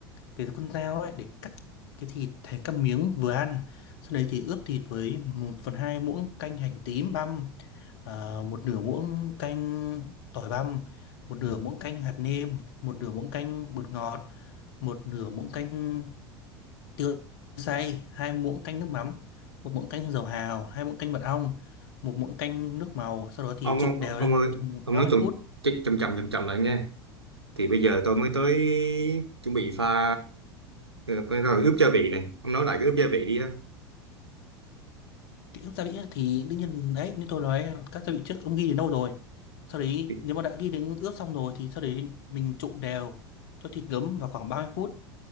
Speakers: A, on the left (about 55°); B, on the right (about 90°).
A: cái con dao ấy để cắt cái thịt thành các miếng vừa ăn sau đấy thì ướp thịt với một phần 2 muỗng canh hành tím băm à, một nửa muỗng canh tỏi băm một nửa muỗng canh hạt nêm một nửa muỗng canh bột ngọt một nửa muỗng canh tiêu xay hai muỗng canh nước mắm một muỗng canh dầu hào hai muỗng canh mật ong một muỗng canh nước màu sau đó thì
B: Ông
A: trộn
B: ông,
A: đều
B: ông ông
A: lên
B: ơi,
A: trong
B: ông
A: ba
B: nói
A: mươi
B: chậm
A: phút
B: chậm chậm chậm chậm lại nha. Thì bây giờ tôi mới tới chuẩn bị pha ờ, phải rồi ướp gia vị này. Ông nói lại cái ướp gia vị đi á.
A: kỹ ức gia vị ấy, thì đương nhiên đấy như tôi nói các gia vị trước ông ghi đến đâu rồi sau đấy
B: Thì,
A: nếu mà đã ghi đến ướp xong rồi thì sau đấy mình trộn đều cho thịt ngấm vào khoảng ba mươi phút